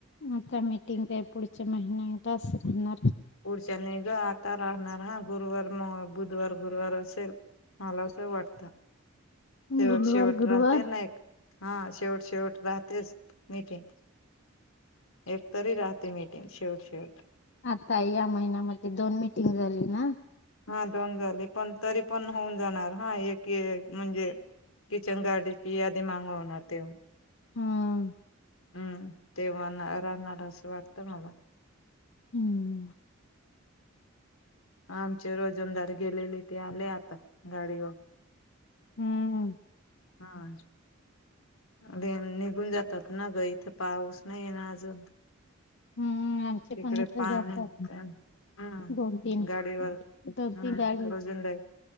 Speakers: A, on the left; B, on the left.
A: आता मीटिंग काय पुढच्या महिन्यातच होणार.
B: पुढच्या नाही ग आता राहणार हा गुरुवार म बुधवार गुरुवार असेल मला असं वाटतं.
A: बुधवार
B: शेवट शेवट
A: गुरुवार
B: राहते नेक हा शेवट शेवट राहतेच मीटिंग एकतरी राहते मीटिंग शेवट शेवट
A: आता या महिन्यामध्ये दोन मिटिंग झाली ना.
B: हा दोन झाली पण तरी पण होऊन जाणार हा एक ये म्हणजे किचन गार्डची यादी मागावंणार तेव
A: हम्म.
B: हम्म तेव्हा ना राहणार असं वाटतं मला
A: हम्म.
B: आमचे रोजंदार गेलेले ते आले आता गाडीवर
A: हम्म.
B: हा. नि निघून जातात ना ग इथं पाऊस नाही ना अजून
A: हम्म आमचे
B: तिकडे
A: पण इथे
B: पा
A: जातात.
B: हम्म
A: दोन तीन
B: गाडीवर
A: दोन
B: हम्म
A: तीन गाडी
B: रोजंदारी